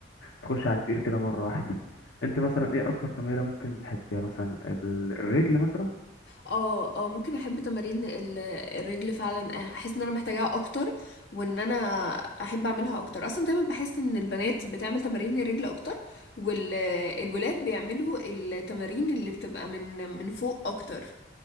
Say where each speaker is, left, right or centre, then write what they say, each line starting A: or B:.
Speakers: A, on the left (about 85°); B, on the left (about 65°).
A: تخش على التقيل كده مرة واحدة انت مثلا ايه اكتر تمرينة ممكن تحبيها مثلا ال- الرجل مثلا
B: اه اه ممكن احب تمارين ال- الرجل فعلا احس ان انا محتاجاها اكتر وان انا احب اعملها اكتر اصلا دايما بحس ان البنات بتعمل تمارين الرجل اكتر والولاد بيعملوا التمارين اللي بتبقى من من فوق اكتر